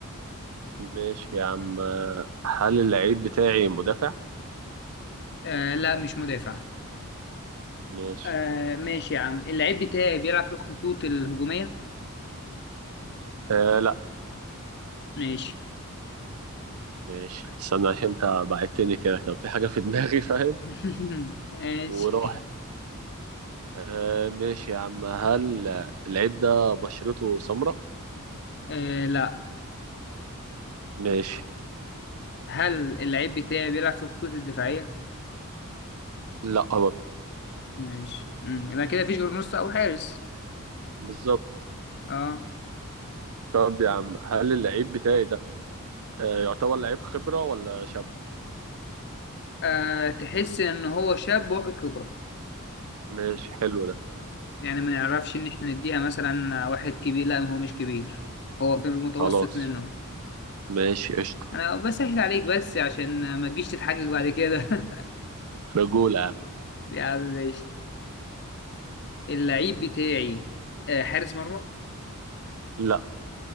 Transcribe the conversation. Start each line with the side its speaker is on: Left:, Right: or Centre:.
Right: ماشي يا عم آه، هل اللعيب بتاعي مدافع
Left: آه لا مش مدافع
Right: ماشي
Left: آه ماشي يا عم اللعيب بتاعي بيلعب في الخطوط الهجومية
Right: آه لا
Left: ماشي
Right: ماشي استنى عشان انت بعدتني كده كان في حاجة في دماغي <laughs> فاهم
Left: <laughs> ماشي
Right: وراحت آه ماشي يا عم هل اللعيب ده بشرته سمراء
Left: آه لا
Right: ماشي
Left: هل اللعيب بتاعي بيلعب في الخطوط الدفاعية
Right: لا برضه
Left: ماشي مم. يبقى كده مفيش غير نص أو حارس
Right: بالظبط
Left: اه
Right: طب يا عم هل اللعيب بتاعي ده آه يعتبر لعيب خبرة ولا شاب
Left: آه، تحس إن هو شاب واخد خبرة
Right: ماشي حلو ده
Left: يعني ما نعرفش إن إحنا نديها مثلا واحد كبير لا هو مش كبير هو في المتوسط
Right: خلاص
Left: منه
Right: ماشي قشطة
Left: أنا بسهل عليك بس عشان ما تجيش تتحجج بعد كده <laughs>
Right: رجولة يا عم
Left: يا عم ماشي اللعيب بتاعي آه، حارس مرمى
Right: لا